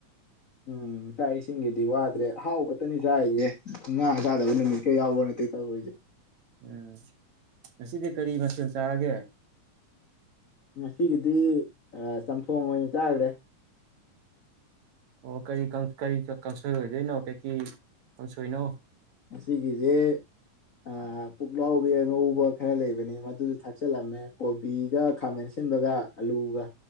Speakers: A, on the left; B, on the right.
A: ꯎꯝ ꯆꯥꯛ ꯏꯁꯤꯡꯒꯗꯤ ꯋꯥꯠ ꯗ꯭ꯔꯦ ꯑꯍꯥꯎꯕꯇꯅꯤ ꯆꯥꯔꯤꯖꯦ ꯉꯥ ꯆꯥꯗꯕ ꯅꯨꯃꯤꯠꯀ ꯌꯥꯎꯕ ꯅꯠꯇꯦ ꯇꯧꯔꯤꯖꯦ꯫
B: ꯎꯝ ꯉꯁꯤꯗꯤ ꯀꯔꯤ ꯃꯊꯦꯜ ꯆꯥꯔꯒꯦ
A: ꯉꯁꯤꯒꯤꯗꯤ ꯑ ꯆꯝꯊꯣꯡ ꯑꯣꯏꯅ ꯆꯥꯒꯔꯦ꯫
B: ꯑꯣ ꯀꯔꯤ ꯀꯥꯡ ꯀꯔꯤ ꯀꯥꯡꯁꯣꯏ ꯑꯣꯏꯗꯣꯏꯅꯣ ꯀꯩꯀꯩ ꯀꯥꯡꯁꯣꯏꯅꯣ꯫
A: ꯉꯁꯤꯒꯤꯖꯦ ꯑꯥ ꯄꯨꯛꯂꯥꯎꯕꯤ ꯑꯉꯧꯕ ꯈꯔ ꯂꯩꯕꯅꯦ ꯃꯗꯨꯁꯨ ꯊꯥꯛꯆꯜꯂꯝꯃꯦ ꯀꯣꯕꯤꯒ ꯈꯥꯃꯦꯟ ꯑꯁꯤꯟꯕꯒ ꯑꯂꯨꯒ